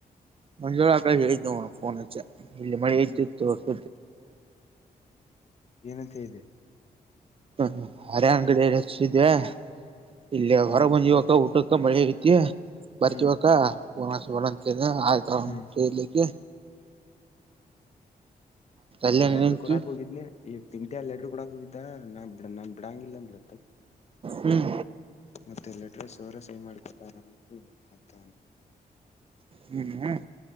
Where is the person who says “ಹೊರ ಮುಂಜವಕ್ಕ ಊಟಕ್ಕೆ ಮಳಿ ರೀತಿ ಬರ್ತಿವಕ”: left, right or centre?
Right